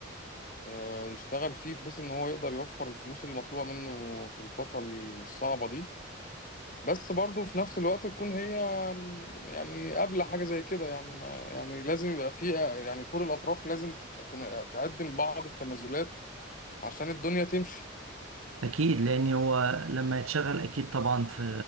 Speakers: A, on the left; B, on the right.
A: آه، يشتغل فيه بحيث ان هو يقدر يوفر الفلوس اللي مطلوبة منه في الفترة الصعبة دي بس برضه في نفس الوقت تكون هي يعني قابلة حاجة زي كده يعني ما يعني لازم يبقى فيه يعني كل الأطراف لازم تت- تقدم بعض التنازلات عشان الدنيا تمشي
B: اكيد لان هو لما يتشغل اكيد طبعا في